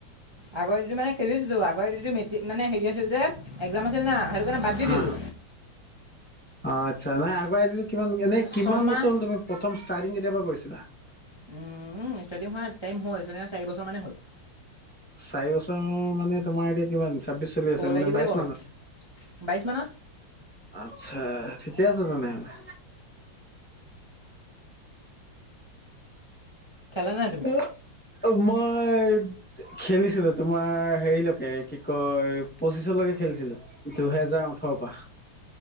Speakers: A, on the right; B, in the centre.
A: আগ আ দি টোত খেলিছিলো আগ আই দি ম মানে হেৰি আছিল যে এক্জাম আছিল না সেইটো কাৰণে বাদ দি
B: অ
A: দিলো।
B: অ' আচ্ছা নাই আগ আই দি কিমান এনে কিমান
A: ছমাহ
B: বছৰ হল তুমি প্ৰথম ষ্টাৰ্টিং কেতিয়াবা কৰিছিলা?
A: উমম ষ্টাৰ্টিং হোৱাৰ টাইম হল চাৰি বছৰ মানেই হ'ল।
B: চাৰি বছৰ মানে তোমাৰ এতিয়া কিমান? ছাব্বিশ চলি আছে
A: অ'ল
B: মানে
A: আই ডি বুলি
B: বাইশ
A: ক'ব
B: মানত।
A: পাৰি বাইছ মানত
B: আত্ছা ঠিকে আছে তেনেহ'লে।
A: খেলা নাই
B: অ' মই খেলিছিলো। তোমাৰ হেৰিলৈকে কি কয় পঁচিছলৈকে খেলিছিলো। দুহেজাৰ ওঠৰৰ পৰা।